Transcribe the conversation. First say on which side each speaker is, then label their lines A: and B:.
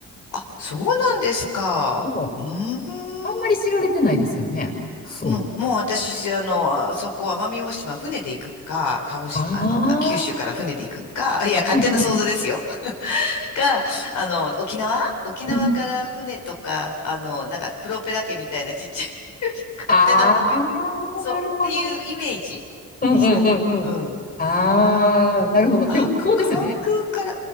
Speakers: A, on the left (about 70°); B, on the left (about 30°).
A: あ、そうなんですか。
B: そ
A: うーん。
B: う。あんまり知られてないですよね。そう。
A: もう、もう私、あの、あそこ、奄美大島、船で行くか、鹿児島、
B: ああ、
A: あの、な九州から船で行くか、<laughs> いや、勝手な想像ですよ。
B: うんうん
A: <laughs> か、あの、沖縄沖縄から船とか、
B: うん。
A: あの、なんか、プロペラ家みたいなちっちゃい <laughs> 勝手な思い出、
B: ああ、
A: そう、
B: なるほどね。
A: っていうイメージでした。
B: うんうんうんうん。
A: うん。
B: ああ、なるほど。
A: あ、
B: でも、
A: か関空から、
B: そうですよね。